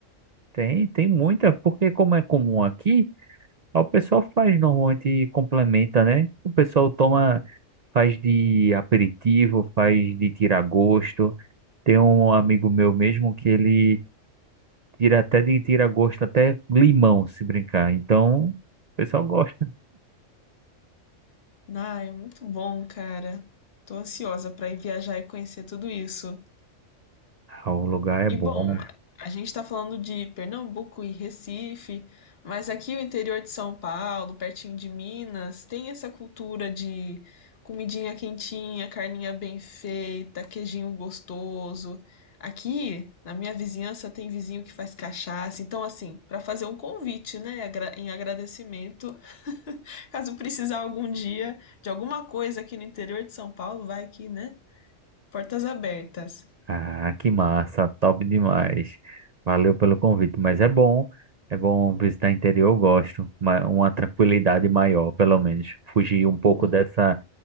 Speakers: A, on the right; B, on the left.
A: Tem, tem muita, porque como é comum aqui, o pessoal faz normalmente e complementa, né? O pessoal toma, faz de aperitivo, faz de tirar gosto Tem um amigo meu mesmo que ele tira até de tirar gosto até limão, se brincar. Então, o pessoal gosta.
B: Ai, muito bom, cara. Tô ansiosa pra ir viajar e conhecer tudo isso.
A: Ah, o lugar é
B: E
A: bom.
B: bom, a gente tá falando de Pernambuco e Recife, mas aqui o interior de São Paulo, pertinho de Minas, tem essa cultura de comidinha quentinha, carninha bem feita, queijinho gostoso. Aqui, na minha vizinhança, tem vizinho que faz cachaça. Então, assim, pra fazer um convite, né, agra- em agradecimento. <laughs> Caso precisar algum dia de alguma coisa aqui no interior de São Paulo, vai aqui, né? Portas abertas.
A: Ah, que massa, top demais. Valeu pelo convite, mas é bom, é bom visitar interior, eu gosto, ma- uma tranquilidade maior, pelo menos. Fugir um pouco
B: Uh,
A: dessa